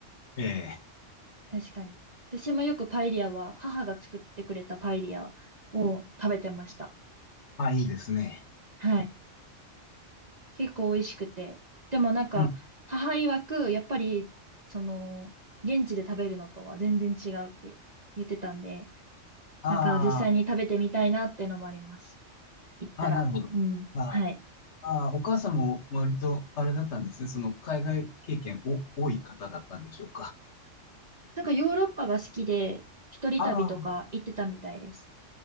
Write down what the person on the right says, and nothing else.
確かに。私もよくパエリアは、母が作ってくれたパエリアを食べてました。
はい。結構美味しくて。でもなんか、
母曰く、やっぱり、その、現地で食べるのとは全然違うって言ってたんで、
なんか実際に食べてみたいなってのもあります。行ったら。
うん。
はい。
なんかヨーロッパが好きで、一人旅とか行ってたみたいです。